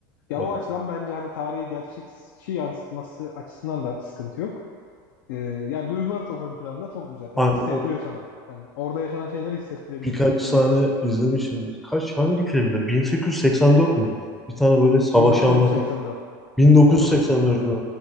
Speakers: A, on the left; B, in the centre.
A: Ya
B: Yani,
A: o açıdan bence hani tarihi gerçekçi yansıtması açısından da sıkıntı yok. Ee, yani duygular çok ön planda çok güzel.
B: hani
A: Yani hissettiriyor
B: o
A: sana. Hani orada yaşanan şeyleri hissettirebiliyor
B: birkaç
A: yani.
B: sahne
A: Öyle bir film gerçekten.
B: izlemişim. Kaç hangi filmde? 1884 mü? Bir tane böyle savaşı
A: 1984.
B: anlatan. 1984
A: 1984.
B: mü?